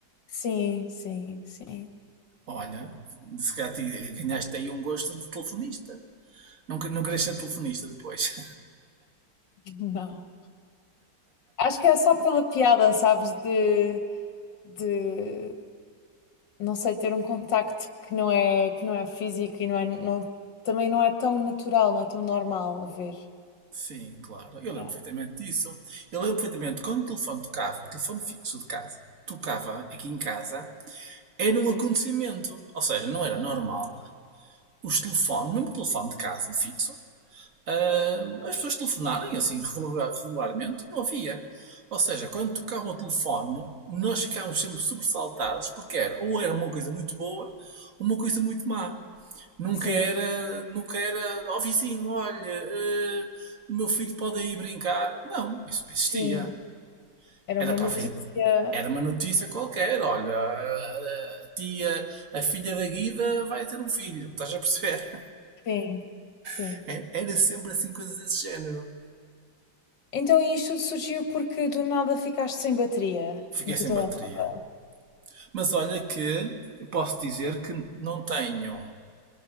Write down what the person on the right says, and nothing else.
Olha, se calhar ti- ganhaste aí um gosto de telefonista. Não, que- não queres ser telefonista depois.
Sim, claro. Eu lembro
perfeitamente disso. Eu lembro perfeitamente quando o telefone tocava, o telefone fixo de casa, tocava aqui em casa, era um
acontecimento. Ou seja, não era normal os telefones, mesmo o telefone de casa, o fixo, ah, as pessoas telefonarem assim regular- regularmente, não havia. Ou seja, quando tocava o telefone, nós ficávamos sempre sobressaltados, porque era ou era uma coisa muito boa ou uma coisa muito má. Nunca
era, nunca era, ó oh, vizinho, olha, eh, o meu filho pode ir brincar. Não, isso não existia.
Era
para
a era uma notícia qualquer, olha, ah, a tia, a filha da Guida vai ter um filho, estás a perceber?
<laughs> era sempre assim coisas desse género.
Fiquei
sem
bateria. Mas olha que eu posso dizer que não tenho,